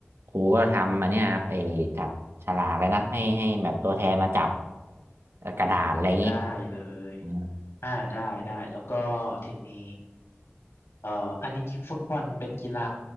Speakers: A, on the right (about 70°); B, on the left (about 85°).
A: ครูก็ทำมาเนี่ยครับไอ้จับฉลากเลยนะให้ให้แบบตัวแทนมาจับเอ่อกระดาษอะไรอย่างนี้
B: ได้เลย
A: อ่า
B: อ่าได้ได้แล้วก็ทีนี้เอ่ออันนี้ฟุตบอลเป็นกีฬา